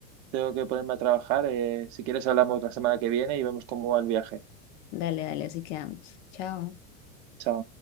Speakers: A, on the right (about 45°); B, on the left (about 60°).
A: tengo que ponerme a trabajar. Eh, si quieres, hablamos la semana que viene y vemos cómo va el viaje.
B: Dale, dale, así quedamos. Chao.
A: Chao.